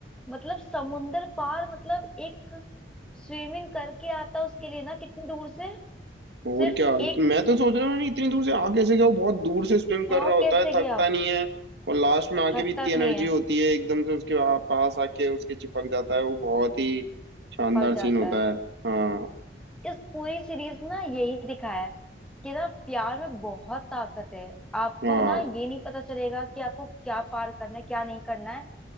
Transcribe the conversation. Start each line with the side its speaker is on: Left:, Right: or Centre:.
Centre: मतलब समुंदर पार मतलब एक स्विमिंग करके आता उसके लिए ना कितनी दूर से
Right: और
Centre: सिर्फ
Right: क्या
Centre: एक
Right: मैं तो सोच रहा हूँ नहीं, इतनी दूर से आगे से क्या वो बहुत दूर से स्विम कर
Centre: भाव
Right: रहा होता
Centre: कैसे
Right: है
Centre: गया
Right: थकता नहीं है और लास्ट में आके
Centre: थकता
Right: भी इतनी एनर्जी
Centre: नहीं है
Right: होती है एकदम से उसके वहाँ पास आके उसके चिपक जाता है वो बहुत ही शानदार
Centre: चिपक जाता
Right: सीन होता
Centre: है
Right: है हाँ
Centre: इस पूरी सीरीज ना यही दिखाया है कि ना प्यार में बहुत ताकत है आपको
Right: हाँ
Centre: ना ये नहीं पता चलेगा कि आपको क्या पार करना है क्या नहीं करना है